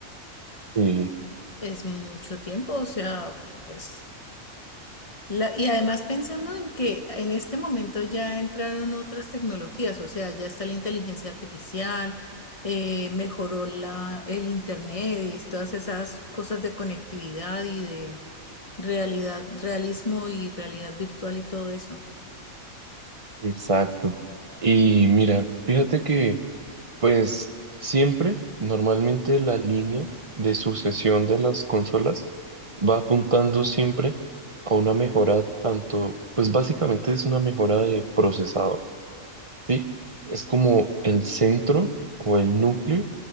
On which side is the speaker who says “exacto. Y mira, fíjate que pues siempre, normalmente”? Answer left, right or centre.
Right